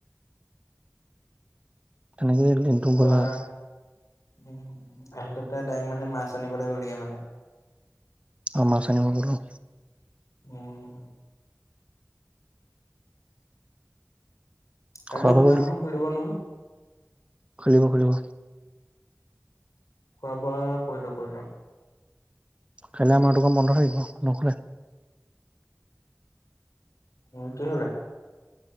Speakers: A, on the right; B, on the left.
A: তেনেকেই দিনটো
B: এতিয়া
A: গ'ল আৰু
B: উম, আহিলো প্ৰায় ডাইৰেক্ট মানে মাছ আনিব লাগিবলগীয়া মানে।
A: আমাৰ <unintelligible>
B: অ'। কালিও
A: খোৱা বোৱা
B: দোকান
A: কৰিলি
B: এখন খুলিব নহয়।
A: খুলিব, খুলিব।
B: খোৱা বোৱা কৰিলোঁ, কৰিলোঁ।
A: কাইলৈ আমাৰ দোকান বন্ধ থাকিব নক'লে।
B: উম, কি হ'লে?